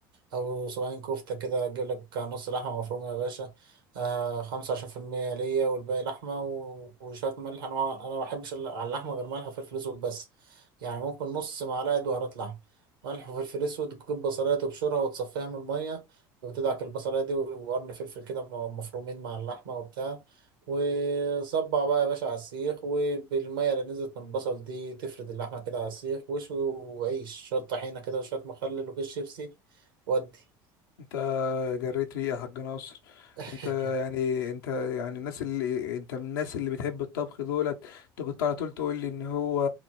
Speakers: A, on the right; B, on the left.
A: او صباعين كفتة كده تجيب لك نص لحمة مفرومة يا باشا آه خمسة وعشرين في المية ليا والباقي لحمة و- وشوية ملح انا ما- انا ما بحبش ال- على اللحمة غير ملح وفلفل اسود بس يعني ممكن نص معلقة بهارات لحمة ملح وفلفل اسود تجيب بصلاية تبشرها وتصفيها من المية وتدعك البصلاية دي وقرن فلفل كده م- مفرومين مع اللحمة وبتاع وصبع بقى يا باشا على السيخ وبالمية اللي نزلت من البصل دي تفرد اللحمة كده على السيخ وشوي وعيش شوية طحينة كده وشوية مخلل وكيس شيبسي ودي
B: انت جريت ريقة يا حاج ناصر
A: <laughs>
B: انت يعني انت يعني الناس اللي انت من الناس اللي بتحب الطبخ دولت انت كنت على طول تقول لي ان هو